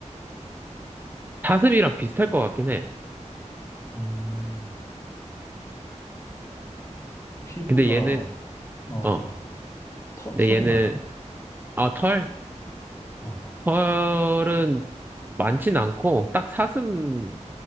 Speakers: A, on the right; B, on the left.
A: 사슴이랑 비슷할 것 같긴 해.
B: 음. 피부가,
A: 근데 얘는,
B: 어, 어,
A: 어,
B: 터,
A: 근데
B: 털이
A: 얘는,
B: 많아?
A: 아, 털?
B: 어,
A: 털은 많진 않고, 딱 사슴